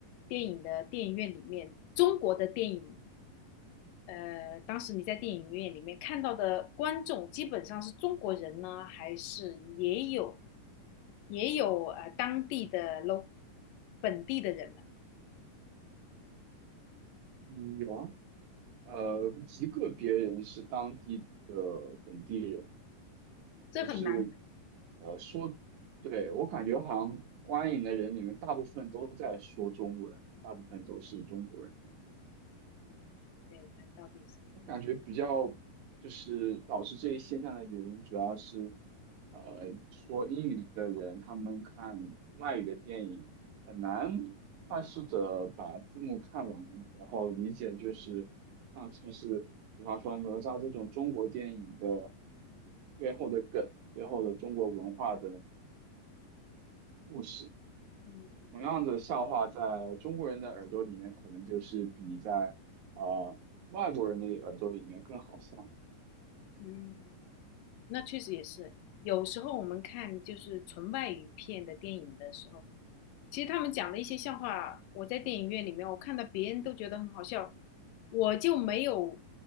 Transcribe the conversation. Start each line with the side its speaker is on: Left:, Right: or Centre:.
Left: 电影的电影院里面，中国的电影呃，当时你在电影院里面看到的观众基本上是中国人呢，还是也有也有呃当地的 lo 本地的人呢？
Right: 嗯，有啊。呃，极个别人是当地的本地人，就是
Left: 这很难。
Right: 呃说，对，我感觉好像观影的人里面大部分都在说中文，大部分都是中国人。
Left: 嗯，对，他到底是
Right: 我感觉比较就是导致这一现象的原因，主要是，呃，说英语的人他们看外语的电影很难快速的把字幕看完，
Left: 嗯
Right: 然后理解就是啊，就是比方说哪吒这种中国电影的
Left: 嗯
Right: 背后的梗，背后的中国文化的故事。
Left: 嗯
Right: 同样的笑话，在中国人的耳朵里面，可能就是比在呃外国人的耳朵里面更好笑。
Left: 嗯。嗯那确实也是，有时候我们看就是纯外语片的电影的时候，其实他们讲的一些笑话，我在电影院里面我看到别人都觉得很好笑，我就没有，